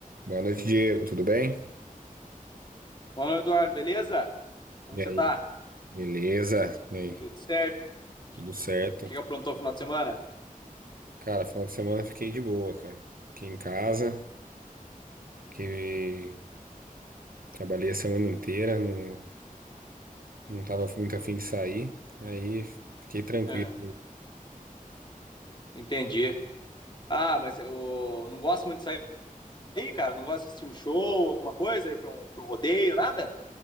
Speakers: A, on the right (about 80°); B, on the left (about 30°).
A: Boa noite, Diego. Tudo bem?
B: Fala, Eduardo, beleza? Como
A: E
B: que
A: aí,
B: você tá?
A: beleza? E aí,
B: Tudo certo? O
A: tudo
B: que,
A: certo?
B: que aprontou no final de semana?
A: Cara, final de semana fiquei de boa, cara. Fiquei em casa, que trabalhei a semana inteira, não, não tava muito afim de sair, aí fiquei tranquilo.
B: Aham, Entendi. Ah, mas eu não gosto muito de sair, cara. Não gosto de assistir um show, alguma coisa, ir pra um, pra um rodeio, nada?